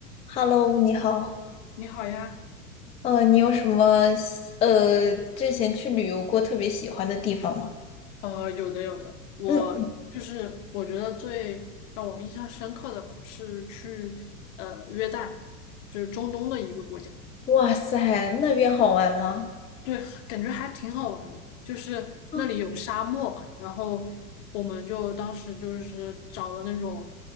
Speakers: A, on the left (about 15°); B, on the left (about 60°).
A: Hello，你好。
B: 你好呀，
A: 呃，你有什么呃之前去旅游过特别喜欢的地方吗？
B: 呃，有的有的，我就是我觉得最让我印象深刻的吧，
A: 嗯，
B: 是去呃约旦，就是中东的一个国家，
A: 哇塞，那边好玩吗？
B: 对，感觉还挺好玩的，就是那里有沙漠嘛，
A: 嗯
B: 然后我们就当时就是找了那种